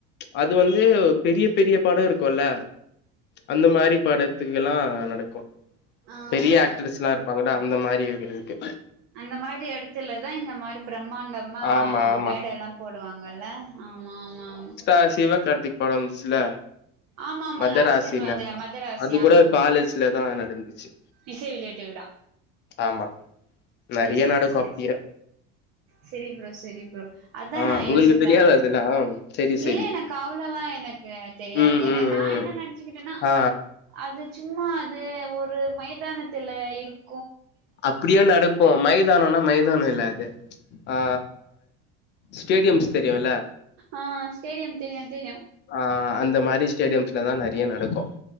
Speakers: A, on the left; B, on the right.
A: அது வந்து பெரிய பெரிய படோ இருக்குல்ல அந்த மாரி பாடத்துக்கெல்லா நடக்கு
B: ஆ
A: பெரிய ஆக்ட்ரஸ்ல்லா இருப்பாங்கல்ல அந்த மாரி இருக்கு இதுக்கு
B: அந்த மாரி எடத்துலதா இந்த மாரி பிரம்மாண்டமா
A: ஆமா ஆமா
B: மேடயெல்லா போடுவாங்கல ஆமா ஆமா ஆமா
A: அ சிவகார்த்திக் படோ வந்ச்சுல்ல
B: ஆமா ஆமா
A: மதராசினு
B: லாஸ்ட் டைம் வந்தனே மதராசி
A: அது
B: ஆமா
A: கூட காலேஜ்லதா நடந்துச்சு
B: இசை வெளியீட்டு விழா
A: ஆமா நெறைய
B: செரி
A: நடக்கு
B: செரி
A: அப்பேயே
B: செரி ப்ரோ செரி ப்ரோ அதா
A: ஆ
B: நா
A: உங்களுக்கு
B: யோசிப்பே
A: தெரியாதா அதெல்லா செரி
B: இல்ல
A: செரி
B: எனக்கு அவ்ளவா எனக்கு தெரியாது
A: ம்
B: எனக்கு
A: ம்
B: நா என்ன
A: ம்
B: நெனச்சுக்கிட்டன்னா
A: ஆ
B: அது சும்மா அது ஒரு மைதானத்துல இருக்
A: அப்டிய நடக்கு மைதானோனா மைதானோ இல்ல அது ஆ ஸ்டேடியம்ஸ் தெரியுல்ல
B: ஆ ஸ்டேடியம் தெரியு தெரியு
A: ஆ அந்த மாரி ஸ்டேடியம்ஸ்லதா நெறைய நடக்கு